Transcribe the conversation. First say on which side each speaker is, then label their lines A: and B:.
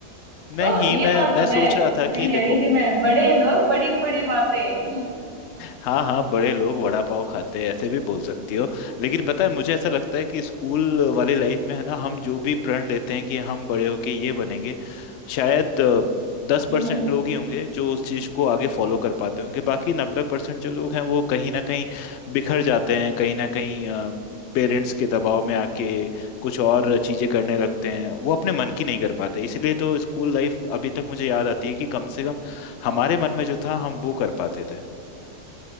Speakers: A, on the left; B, on the right.
A: नहीं
B: तो ये
A: मैं
B: बात
A: मैं
B: तो
A: सोच
B: है
A: रहा था
B: सही
A: कि
B: कह
A: देखो
B: रही थी मैं बड़े लोग बड़ी बड़ी बातें
A: हाँ हाँ बड़े लोग वड़ा पाव खाते हैं ऐसे भी बोल सकती हो लेकिन पता है मुझे ऐसा लगता है कि स्कूल वाली लाइफ में है ना हम जो भी प्रण लेते हैं कि हम बड़े होके ये बनेंगे शायद
B: <laughs>
A: दस
B: हम्म,
A: परसेंट लोग ही होंगे जो उस चीज को आगे फॉलो कर पाते होंगे बाकी नब्बे परसेंट जो लोग हैं वो कहीं ना कहीं बिखर जाते हैं कहीं ना कहीं पेरेंट्स के दबाव में आके कुछ और चीजें करने लगते हैं वो अपने मन की नहीं कर पाते इसलिए तो स्कूल लाइफ अभी तक मुझे याद आती है कि कम से कम हमारे मन में जो था हम वो कर पाते थे